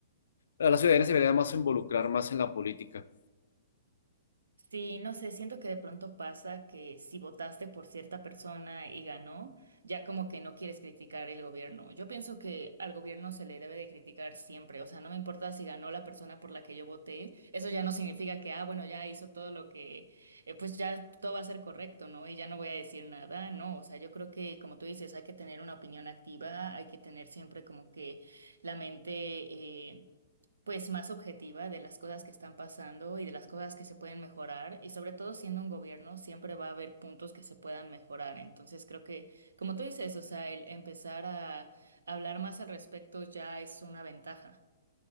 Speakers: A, on the left; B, on the right.
A: la ciudadanía se debería más involucrar más en la política.
B: Sí, no sé, siento que de pronto pasa que si votaste por cierta persona y ganó, ya como que no quieres criticar el gobierno. Yo pienso que al gobierno se le debe de criticar siempre, o sea, no me importa si ganó la persona por la que yo voté, eso ya no significa que, ah, bueno, ya hizo todo lo que, eh, pues ya todo va a ser correcto, ¿no? Y ya no voy a decir nada, no, o sea, yo creo que como tú dices, hay que tener una opinión activa, hay que tener siempre como que la mente... eh, pues más objetiva de las cosas que están pasando y de las cosas que se pueden mejorar y sobre todo siendo un gobierno siempre va a haber puntos que se puedan mejorar. Entonces creo que, como tú dices, o sea, el empezar a hablar más al respecto ya es una ventaja.